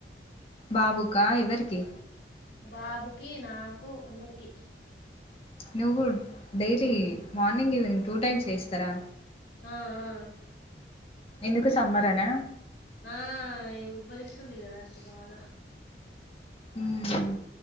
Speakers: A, on the left; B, on the left.
A: బాబుకా ఎవరికి
B: బాబుకి నాకు అందరికి
A: నువ్వు daily morning evening two times చేస్తారా
B: ఆ ఆ
A: ఎందుకు సమ్మర్ అనా
B: ఆ ఇబ్బరిస్ తుంది గదా అక్కా బాగ
A: మ్మ్.